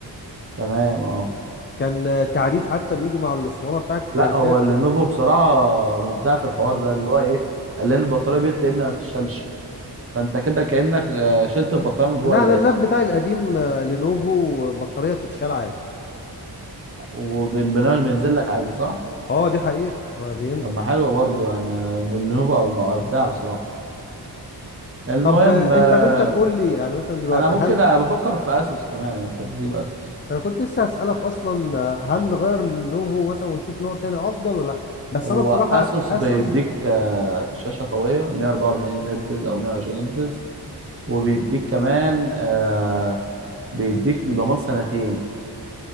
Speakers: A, on the right (about 35°); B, on the left (about 30°).
A: تمام اه
B: كان آه، تعريف حتى بيجي مع الاسطوانه بتاعت التعريفات
A: لا هو لينوفو بصراحه مبدع في الحوار ده اللي هو ايه قال لنا البطاريه بيلت ان ما بتشتغلش فانت كده كانك آه، شلت البطاريه من جوه
B: لا
A: اللاب
B: انا اللاب بتاعي القديم آه، لينوفو بطاريه بتتشال عادي
A: وبالبرنامج بينزل لك عادي صح؟
B: اه دي حقيقة ما بينزل
A: طب ما حلوه برضه يعني لينوفو ابدع بصراحه المهم
B: طب آه،
A: آه،
B: انت انت تقول لي يعني مثلا دلوقتي
A: انا ممكن
B: هل
A: أنا بفكر في اسوس كمان يعني انت ممكن تجيب اسوس
B: انا كنت لسه هسألك اصلا آه، هل نغير النوفو مثلا ونشوف نوع تاني افضل ولا لا بس
A: هو
B: انا بصراحة
A: اسوس
B: اسوس
A: بيديك آه، شاشه قويه 144 هرتز او 120 هرتز وبيديك كمان آه، بيديك ضمان سنتين